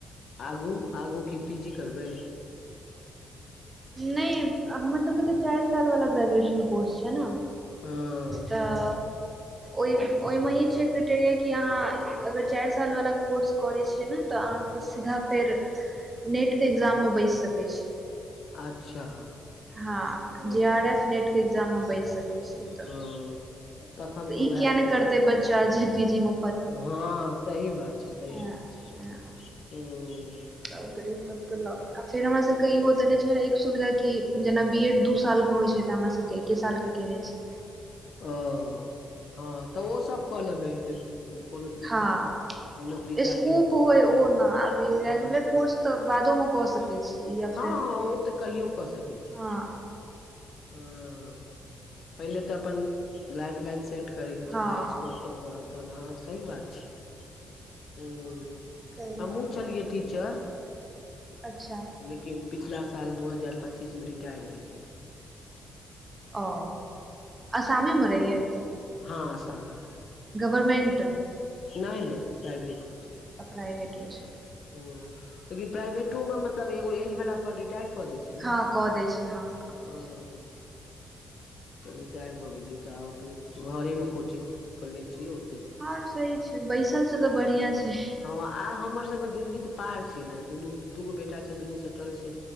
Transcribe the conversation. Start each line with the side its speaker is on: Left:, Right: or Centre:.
Left: आगू-आगू की पीजी करबै?
Right: नहि, हमर सबके तॅं चारि साल वला ग्रेजुएशन कोर्स छै ने!
Left: हँ
Right: तॅं ओहि ओहिमे ई छै क्रिटेरिया कि अहाँ अगर चारि साल वला कोर्स करै छियै ने तॅं अहाँ सीधा फेर नेटके एग्जाममे बैसि सकै छी
Left: अच्छा।
Right: हँ,
Left: हँ
Right: जेआरएफ नेट के एग्जाम मे बैसि सकै
Left: हँ तखन
Right: <unintelligible> ई
Left: तऽ उएह
Right: किया ने
Left: तैयारी
Right: करतै बच्चा जे पीजीमे
Left: हँ, सही बात छै, सही
Right: हँ
Left: बात छै। हूॅं
Right: <unintelligible> फेर हमरा सबके इहो देने छै एक सुविधा की जेना बीएड दू साल होइ छै तॅं हमरा सबके एके सालके केने छी
Left: ओ, हँ तॅं ओ सब कऽ लेबै जे कोनो
Right: हँ,
Left: चीज के नौकरी
Right: स्कूप
Left: चाकरी मे बहुत
Right: होय ओ न अब ई रेगुलर
Left: हँ
Right: कोर्स तॅं बादोमे कऽ सकै छी या फेर
Left: हँ, हँ ओ तॅं कहियो कऽ सकै छी
Right: हँ
Left: हॅं, पहिले तॅं अपन लाइफ-लाइन सेट करैके
Right: हँ
Left: छै भाइ स्कोप- अपन हँ, सही बात छै। <unintelligible>
Right: ताहि लऽ
Left: हमहूँ
Right: कऽ
Left: छलियै टीचर।
Right: अच्छा
Left: लेकिन पिछला साल दू हजार पच्चीसमे रिटायर भेलियै।
Right: ओ असामे मे रहियै
Left: हँ असामे मे
Right: गवरमेंट
Left: नय-नय प्राइवेट मे छलि
Right: प्राइवेट मे छै
Left: हूं लेकिन प्राइवेटो मे मतलब एगो एज भेला पर रिटायर क दै छै
Right: हँ
Left: ने हूँ
Right: कऽ दै छै हँ कऽ दै छै
Left: तऽ रिटायर भऽ गेलीयय तऽ आब अपन घरेमे कोचिंग खोलने छियै ओतै
Right: हँ सही छै बैसल छै तऽ बढ़ियाँ छै
Left: हँ आ हम्मर सबके जिन्दगी तऽ पार छै ने दुनू दूगो बेटा छै दुनू सेटल छै